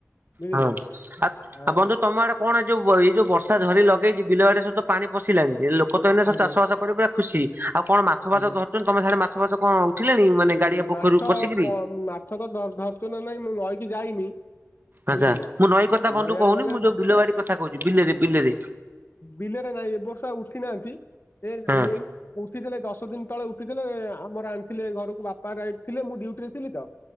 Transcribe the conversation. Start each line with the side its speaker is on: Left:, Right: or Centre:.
Left: ବୁଝିଲେ
Right: ହଁ
Left: ହଁ
Right: ଆ ବନ୍ଧୁ ତମ ଆଡେ କଣ ଯୋଉ ଏଇ ଯୋଉ ବର୍ଷା ଝରି ଲଗେଇଛି ବିଲ ଆଡେ ସବୁ ତ ପାଣି ପଶିଲାଣି ଏ ଲୋ ଲୋକ ମାନେ ସବୁ
Left: ଆଜ୍ଞା
Right: ଚାଷବାସ କରିକି ପୁରା ଖୁସି ଆଉ କଣ ମାଛ ଫାଛ
Left: ଆଜ୍ଞା।
Right: ଧରୁଛନ୍ତି ତମ ସିଆଡେ ମାଛ ଫାଛ କଣ? ଉଠିଲାଣି ମାନେ
Left: ଉଁ
Right: ଗାଡିଆ ପୋଖରୀରୁ
Left: ମାଛ
Right: ପଶିକିରି
Left: ପ ମାଛ ତ ଧ ଧରୁଛନ୍ତି ନା ନାଇଁ ମୁଁ ନଈକି ଯାଇନି।
Right: ଆଚ୍ଛା
Left: ବୁଝିଲେ
Right: ମୁଁ ନଈ କଥା ବନ୍ଧୁ
Left: ନଈଆଡେ
Right: କହୁନି
Left: ଗଲେ
Right: ମୁଁ ଯୋଉ ବିଲବାଡି କଥା କହୁଛି ବିଲରେ ବିଲରେ।
Left: ବିଲରେ ନାହିଁ ଏ ବର୍ଷା ଉଠି ନାହାନ୍ତି ଏ
Right: ହଁ
Left: ଏଇ ଉଠିଥିଲେ ଦଶ ଦିନ ତଳେ ଉଠିଥିଲେ ଆମର ଆଣିଥିଲେ ଘରକୁ ବାପା ଯାଇଥିଲେ ମୁଁ ଡ୍ୟୁଟି ରେ ଥିଲି ତ।